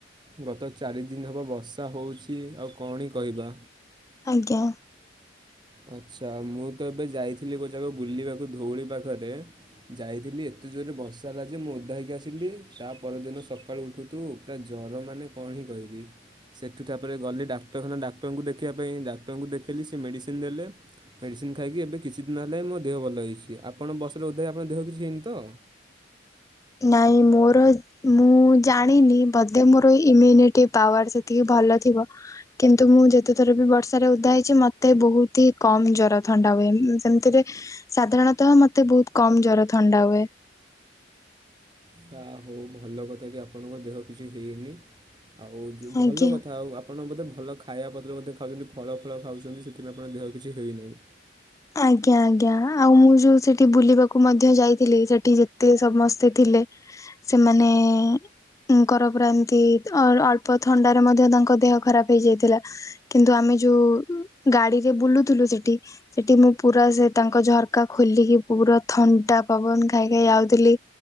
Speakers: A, on the right; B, on the left.
A: ଗତ ଚାରିଦିନ ହେବ ବର୍ଷା ହଉଛି। ଆଉ କଣି କହିବା।
B: ଆଜ୍ଞା।
A: ଆଚ୍ଛା ମୁଁ ତ ଏବେ ଯାଇଥିଲି ଗୋଟେ ଯାଗାକୁ ବୁଲିବାକୁ ଧଉଳି ପାଖରେ ଯାଇଥିଲି ଏତେ ଜୋରରେ ବର୍ଷା ହେଲା ଯେ, ମୁଁ ଓଦା ହୋଇକି ଆସିଲି। ତା ପରଦିନ ସକାଳୁ ଉଠୁଥୁ ତା ଜର ମାନେ କଣ ହିଁ କହିବି? ସେଠୁ ତାପରେ ଗଲି ଡାକ୍ତରଖାନା ଡାକ୍ତରଙ୍କୁ ଦେଖିବା ପାଇଁ ଡାକ୍ଟରଙ୍କୁ ଦେଖେଇଲି ସେ ମେଡ଼ିସିନ ଦେଲେ। ମେଡ଼ିସିନ୍ ଖାଇକି ଏବେ କିଛି ଦିନ ହେଲା ମୋ ଦେହ ଭଲ ହେଇଛି ଆପଣ ବସି ରହୁଥିବେ ଆପଣ ଦେହ କିଛି ହେଇନିତ?
B: ନାଇଁ ମୋର। ମୁଁ ଜାଣିନି ବଧେ ମୋର ଇମିନିଟି ପାୱାର୍ ସେତିକି ଭଲ ଥିବ। କିନ୍ତୁ ମୁଁ ଯେତେଥର ବି ବର୍ଷାରେ ଓଦା ହେଇଛି ମତେ ବହୁତ ହି କମ ଜର ଥଣ୍ଡା ହୁଏ। ସେମିତିରେ। ସାଧାରଣତଃ ମତେ ବହୁତ କମ ଜର ଥଣ୍ଡା ହୁଏ।
A: ଯା ହଉ ଭଲ କଥା କି, ଆପଣଙ୍କ ଦେହ କିଛି ହେଇନି। ଆଉ ଯୋଉ ଭଲ
B: ଆଜ୍ଞା।
A: କଥା। ଆଉ ଆପ ଆପଣ ବୋଧେ ଭଲ ଖାଇବା ପତ୍ର ବୋଧେ ଖାଉଚନ୍ତି ଫଳ ଫଳ ଖାଉଚନ୍ତି। ସେଥିପାଇଁ ଆପଣଙ୍କ ଦେହ କିଛି ହୋଇ ନାହିଁ?
B: ଆଜ୍ଞା ଆଜ୍ଞା ଆଉ ମୁଁ ଯୋଉ ସେଠି ବୁଲିବାକୁ ମଧ୍ୟ ଯାଇଥିଲି ସେଠି ଯେତେ ସମସ୍ତେ ଥିଲେ ସେମାନେ ଙ୍କର ପୁରା ଏମତି ଅ-ଅଳ୍ପ ଥଣ୍ଡାରେ ମଧ୍ୟ ତାଙ୍କ ଦେହ ଖରାପ ହେଇଯାଇଥିଲା। କିନ୍ତୁ ଆମେ ଯୋଉ ଗାଡିରେ ବୁଲୁଥିଲୁ ସେଠି ସେଠି ମୁଁ ପୁରା ସେ ତାଙ୍କ ଝରକା ଖୋଲିକି ପୁରା ଥଣ୍ଡା ପବନ ଖାଇ ଖାଇ ଆଉଥିଲି।